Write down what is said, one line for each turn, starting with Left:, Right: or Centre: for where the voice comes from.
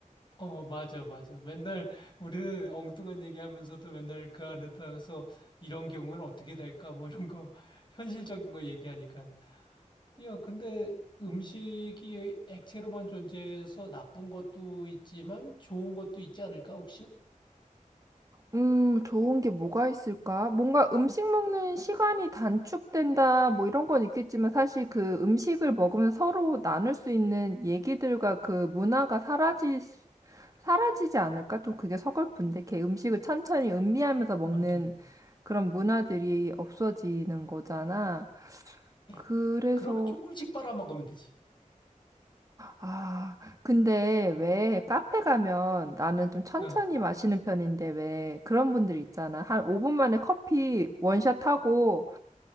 Left: 어, 맞아, 맞아. 맨날 우리는 엉뚱한 얘기하면서도 맨날 그 안에다가서 이런 경우는 어떻게 될까? 뭐 이런 거, <laughs> 현실적인 거 얘기하니까. 야, 근데 음식이 액체로만 존재해서 나쁜 것도 있지만 좋은 것도 있지 않을까, 혹시?
Right: 음, 좋은 게 뭐가 있을까? 뭔가 음식 먹는 시간이 단축된다, 뭐 이런 건 있겠지만 사실 그 음식을 먹으면 서로 나눌 수 있는 얘기들과 그 문화가 사라지, 사라지지 않을까? 좀 그게 서글픈데, 걔 음식을 천천히 음미하면서 먹는
Left: 맞아.
Right: 그런 문화들이 없어지는 거잖아.
Left: 예.
Right: 그래서
Left: 그러면 조금씩 빨아먹으면 되지.
Right: 아, 근데 왜 카페 가면 나는 좀 천천히
Left: 응.
Right: 마시는 편인데 왜 그런 분들 있잖아. 한 5분 만에 커피 원샷 하고